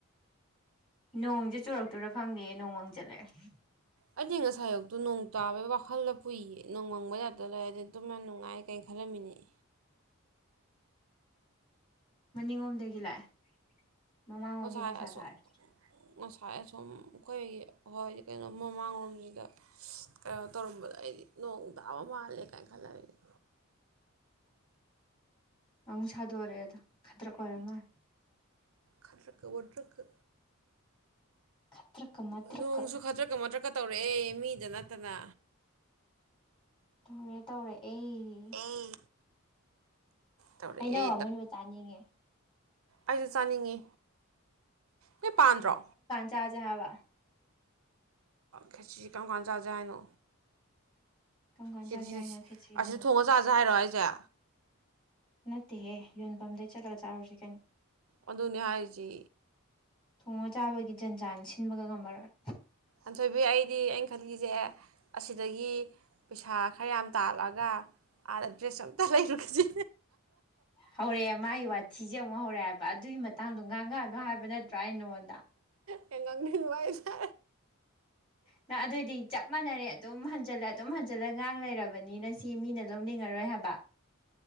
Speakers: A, on the left; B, on the right.
A: ꯅꯣꯡꯁꯦ ꯆꯨꯔꯛꯇꯨꯏꯔꯥ ꯈꯪꯗꯦ ꯅꯣꯡꯃꯪ ꯖꯜ ꯂꯛꯑ‌ꯦ꯫
B: ꯑꯩꯗꯤ ꯉꯁꯥꯏ ꯑꯌꯨꯛꯇ‌ꯣ ꯅꯣꯡ ꯇꯥꯕꯩ ꯋꯥꯈꯜꯗ ꯄꯨꯏꯌꯦ ꯅꯣꯡꯃꯪꯕꯩ ꯇꯥꯏꯞꯇꯥ ꯂꯩ ꯑꯗ ꯇꯨꯝꯕꯥ ꯅꯨꯡꯉꯥꯏ ꯀꯥꯏ ꯈꯜꯂꯝꯃꯤꯅ‌ꯦ
A: ꯃꯅꯤꯡꯂꯣꯝꯗꯒꯤ ꯂꯥꯛꯑꯦ ꯃꯃꯥꯡꯂꯣꯝꯗꯤ
B: ꯉꯁꯥꯏ
A: ꯅꯨꯡꯁꯥ
B: ꯑꯁꯣꯝ
A: ꯁꯥꯔꯦ
B: ꯉꯁꯥꯏ ꯑꯁꯨꯝ ꯑꯩꯈꯣꯏꯒꯤ ꯍꯣꯏ ꯀꯩꯅꯣꯝ ꯃꯃꯥꯡꯂꯣꯝꯁꯤꯗ ꯀꯩꯅꯣ ꯇꯧꯔꯝꯕꯗ ꯑꯩꯗꯤ ꯅꯣꯡ ꯇꯥꯕ ꯃꯥꯜꯂꯦ ꯀꯥꯏꯅ ꯈꯜꯂꯝꯃꯤꯅ‌ꯦ
A: ꯑꯃꯨꯛ ꯁꯥꯗꯣꯔꯛꯑꯦꯗꯨ ꯈꯗ꯭ꯔꯛ ꯑꯣꯏꯔ ꯃꯥꯜꯂꯦ
B: ꯈꯗꯔꯛꯀ ꯑꯣꯗꯔꯛꯀ
A: ꯃꯇ꯭ꯔꯛꯀ ꯃꯇ꯭ꯔꯛꯀ
B: ꯅꯣꯡꯁꯨ ꯈꯥꯗꯔꯛꯀꯥ ꯃꯗꯔꯛꯀꯥ ꯀ ꯇꯧꯔꯛꯑꯦ ꯃꯤꯗ ꯅꯠꯇꯅ
A: ꯇꯧꯔꯦ ꯇꯧꯔꯦ ꯑꯩ
B: ꯑꯦ ꯇꯧꯔꯛꯑꯦ
A: ꯍꯩꯅꯧ ꯑꯃꯨꯟꯕ ꯆꯥꯅꯤꯡꯉꯦ
B: ꯑꯩꯁꯨꯦ ꯆꯥꯅꯤꯡꯉꯤ ꯅꯣꯏ ꯄꯥꯟꯗ꯭ꯔꯣ
A: ꯆꯥꯖꯦ ꯍꯥꯏꯕꯥ
B: ꯈꯦꯆꯔꯤ ꯀꯔꯝ ꯀꯥꯟ ꯆꯥꯖꯦ ꯍꯥꯏꯅꯣ
A: ꯀꯔꯝ ꯀꯥꯟ
B: ꯁꯤꯗꯤ
A: ꯆꯥꯁꯦ ꯍꯥꯏꯅꯣ
B: ꯁꯤ
A: ꯈꯦꯆ꯭ꯔꯤꯅ
B: ꯑꯁꯤꯗ ꯊꯣꯡꯉ ꯆꯥꯁꯦ ꯍꯥꯏꯔꯣ ꯑꯩ ꯌꯥ
A: ꯅꯠꯇꯦꯍꯦ ꯌꯣꯟꯐꯝꯗꯩ ꯆꯠꯂꯒ ꯆꯥꯔꯨꯁꯤ ꯀꯩꯅꯣ
B: ꯑꯗꯨꯅꯤ ꯍꯥꯏꯔꯤꯁꯤ
A: ꯊꯣꯡꯉ ꯆꯥꯕꯒꯤ ꯖꯟꯖꯥꯟ ꯁꯤꯟꯕꯒ ꯉꯝꯃꯔꯣꯏ
B: ꯑꯊꯣꯏꯕꯤ ꯑꯩꯗꯤ ꯈꯟꯒꯤꯁꯦ ꯑꯁꯤꯗꯒꯤ ꯄꯩꯁꯥ ꯈꯔ ꯌꯥꯝ ꯇꯥꯜꯂꯛꯒ ꯑꯥꯗ ꯗ꯭ꯔꯦꯁ ꯑꯝꯇ ꯂꯩꯔꯨꯈꯤꯁꯦ
A: ꯍꯧꯔꯦ ꯃꯥꯒꯤ ꯋꯥ ꯊꯤꯖꯡ ꯑꯃꯨꯛ ꯍꯧꯔꯛꯑꯕ ꯑꯗꯨꯒꯤ ꯃꯇꯥꯡꯗꯣ ꯉꯥꯡꯉꯛꯑꯅꯣ ꯍꯥꯏꯕ ꯅꯠꯇ꯭ꯔꯥ ꯑꯩ ꯅꯡꯉꯣꯟꯗ
B: ꯍꯦꯛ ꯉꯥꯡꯅꯤꯡꯕꯥ ꯑꯩꯁꯦ
A: ꯅ ꯑꯗꯨꯑꯣꯏꯗꯤ ꯆꯞ ꯃꯥꯟꯅꯔꯦ ꯑꯗꯨꯝ ꯍꯟꯖꯤꯜꯂꯦ ꯑꯗꯨꯝ ꯍꯟ ꯆꯠꯂꯉꯥꯡ ꯂꯩꯔꯕꯣ ꯃꯤ ꯃꯥꯁꯤ ꯃꯤꯅ ꯂꯧꯅꯤꯡꯉꯔꯣꯏ ꯍꯥꯏꯕ